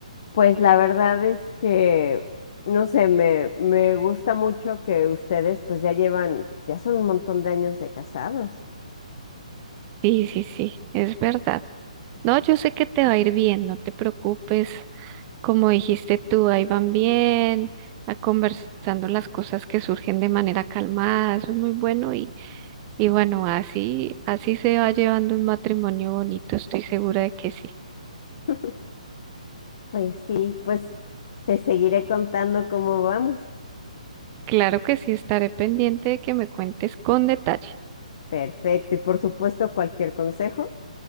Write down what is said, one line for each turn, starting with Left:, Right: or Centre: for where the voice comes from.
Left: pues la verdad es que, no sé, me, me gusta mucho que ustedes pues ya llevan, ya son un montón de años de casados.
Right: sí, sí, sí, es verdad. No, yo sé que te va a ir bien, no te preocupes. Como dijiste tú, ahí van bien, a conversando las cosas que surgen de manera calmada, eso es muy bueno Y bueno, así, así se va llevando un matrimonio bonito, estoy segura de que sí.
Left: <laughs> Pues sí, pues te seguiré contando cómo vamos.
Right: Claro que sí, estaré pendiente de que me cuentes con detalle.
Left: Perfecto, y por supuesto cualquier consejo,